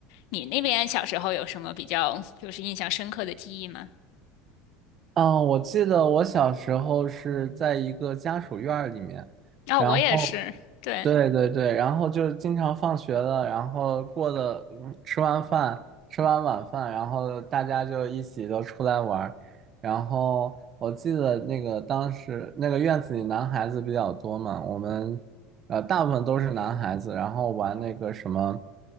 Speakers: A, on the left (about 65°); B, on the right (about 35°).
A: 你那边小时候有什么比较就是印象深刻的记忆吗？
B: 嗯，我记得我小时候是在一个家属院儿里面，
A: 啊、
B: 然后
A: 我也是，对，
B: 对对对，然后就是经常放学了，然后过的，嗯吃完饭，吃完晚饭，然后大家就一起都出来玩儿。然后我记得那个当时那个院子里男孩子比较多嘛，我们呃大部分都是男孩子，然后玩那个什么，